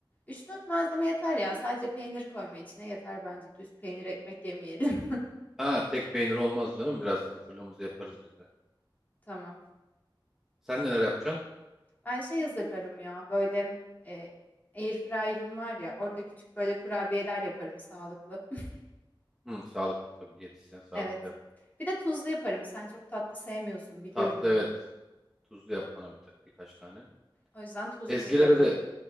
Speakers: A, on the left (about 20°); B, in the centre.
A: Üç dört malzeme yeter ya. Sadece peynir koyma içine yeter bence. Düz peynir ekmek yemeyelim.
B: Ha tek peynir olmaz canım. Biraz hazırlığımızı yaparız biz de.
A: <laughs> Tamam.
B: Sen neler yapacaksın?
A: Ben şey hazırlarım ya böyle e, air fryer'ım var ya orada küçük böyle kurabiyeler yaparım sağlıklı. <laughs>
B: Hı, sağlıklı tabii. Diyetisyen sağlıklı
A: Evet.
B: yapar.
A: Bir de tuzlu yaparım. Sen çok tatlı sevmiyorsun biliyorum
B: Tatlı
A: onu.
B: evet. Tuzlu yap bana bir ta- birkaç tane.
A: O yüzden tuzlu
B: Ezgilere
A: yaparım.
B: de